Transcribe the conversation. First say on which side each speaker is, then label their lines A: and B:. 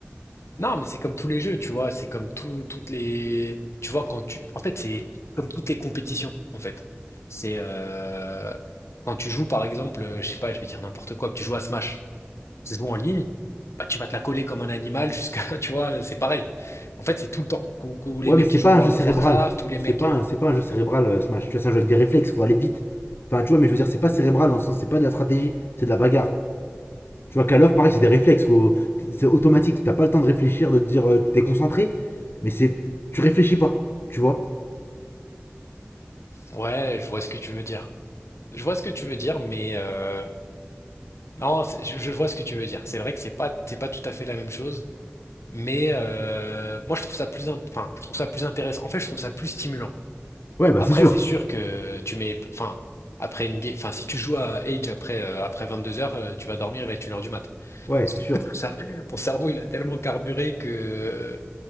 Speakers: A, on the left; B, on the left.
A: Non, mais c'est comme tous les jeux, tu vois. C'est comme tout, toutes les... Tu vois, quand tu... En fait, c'est comme toutes les compétitions, en fait. C'est... euh, Quand tu joues, par exemple, euh, je sais pas, je vais dire n'importe quoi, tu joues à Smash, ça se en ligne, bah, tu vas te la coller comme un animal jusqu'à... <laughs> Tu vois, c'est pareil. En fait, c'est tout le temps. Tous tous les
B: Ouais,
A: mecs
B: mais c'est
A: qui jouent
B: pas
A: à World
B: un jeu cérébral.
A: of Warcraft, tous les
B: C'est
A: mecs...
B: pas,
A: euh,
B: un- c'est pas un jeu cérébral, euh, Smash. Tu vois, c'est un jeu avec des réflexes, faut aller vite. Enfin, tu vois, mais je veux dire, c'est pas cérébral dans le sens, c'est pas de la stratégie, c'est de la bagarre. Tu vois, Call of, pareil, c'est des réflexes, faut... c'est automatique. T'as pas le temps de réfléchir, de te dire, euh, t'es concentré, mais c'est. Tu réfléchis pas, tu vois.
A: Ouais, je vois ce que tu veux dire. Je vois ce que tu veux dire, mais euh, non, c'est- je, je vois ce que tu veux dire. C'est vrai que c'est pas, c'est pas tout à fait la même chose, mais euh, moi je trouve ça plus, in- enfin, je trouve ça plus intéressant. En fait, je trouve ça plus stimulant.
B: Ouais, bah
A: Après,
B: c'est sûr.
A: c'est sûr que tu mets, enfin, après une, ga- enfin, si tu joues à Age après euh, après deux heures, euh, tu vas dormir avec une heure du mat.
B: Ouais,
A: Parce
B: c'est
A: que
B: sûr.
A: <laughs> ton cerveau, ton cerveau, il a tellement carburé que